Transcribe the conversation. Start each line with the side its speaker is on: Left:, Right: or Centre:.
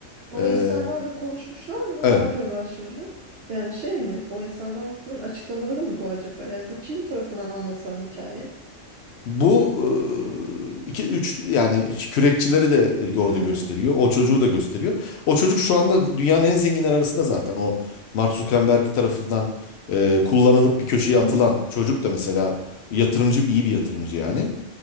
Right: O
Left: eee,
Right: insanlarla konuşmuşlar mı?
Left: evet,
Right: Ne yapıyorlar şimdi? Yani şey mi? O insanların açıklamaları mı bu acaba? Yani bu kimin tarafından anlatılan hikaye?
Left: bu eee, iki üç yani kürekçileri de orada
Right: Hmm.
Left: gösteriyor. O çocuğu da gösteriyor. O çocuk şu anda dünyanın en zenginler arasında zaten. O Mark Zuckerberg tarafından eee, kullanılıp bir köşeye
Right: Hı hı.
Left: atılan çocuk da mesela yatırımcı iyi bir yatırımcı yani.